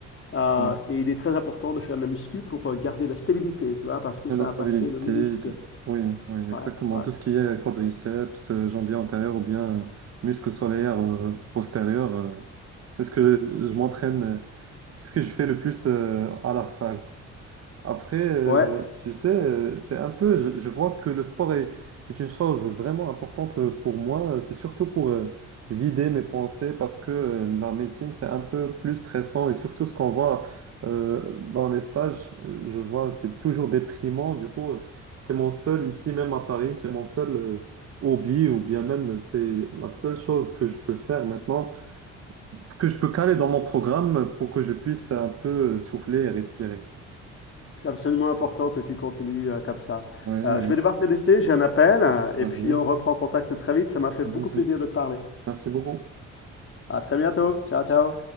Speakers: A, on the left (about 45°); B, on the right (about 55°).
A: Euh,
B: Mm.
A: et il est très important de faire de la muscu pour euh, garder la stabilité, tu vois, parce que
B: Et
A: ça
B: la stabilité.
A: a impacté le ménisque.
B: et tout. Oui, oui,
A: Ouais,
B: exactement.
A: ouais.
B: Tout ce qui est quadriceps, euh, jambier antérieur ou bien euh, muscle solaire euh, postérieur, euh, c'est ce que je m'entraîne, euh, c'est ce que je fais le plus euh, à la salle. Après, euh,
A: Ouais,
B: tu sais, euh, c'est un peu, je, je vois que le sport est, est une chose vraiment importante euh, pour moi. C'est surtout pour euh, vider mes pensées parce que euh, la médecine, c'est un peu plus stressant et surtout ce qu'on voit euh, dans les stages, euh, je vois, c'est toujours déprimant. Du coup, euh, c'est mon seul, ici même à Paris, c'est mon seul euh, hobby ou bien même c'est la seule chose que je peux faire maintenant, que je peux caler dans mon programme pour que je puisse un peu euh, souffler et respirer.
A: c'est absolument important que tu continues euh, comme ça.
B: Oui,
A: Euh,
B: oui,
A: je vais devoir te laisser, j'ai un appel, hein, et
B: vas-y.
A: puis on reprend contact très vite. Ça m'a fait
B: Vas-y.
A: beaucoup plaisir de te parler.
B: Merci beaucoup.
A: À très bientôt. Ciao, ciao.